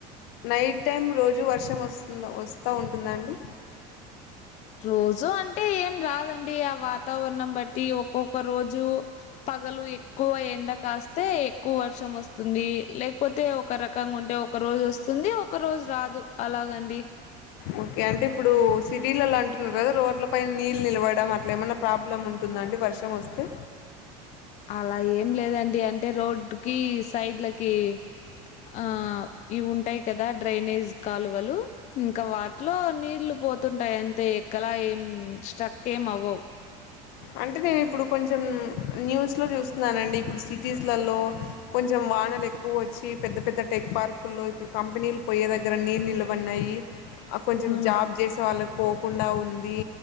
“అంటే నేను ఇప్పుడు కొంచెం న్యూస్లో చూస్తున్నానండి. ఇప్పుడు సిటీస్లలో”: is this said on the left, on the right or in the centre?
Left